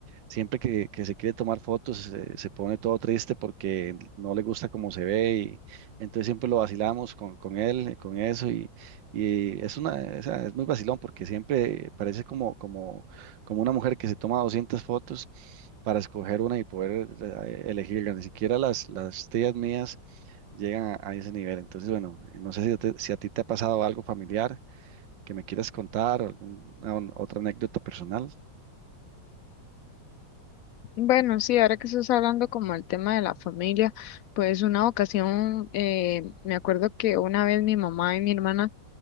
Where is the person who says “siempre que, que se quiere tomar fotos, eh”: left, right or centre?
Right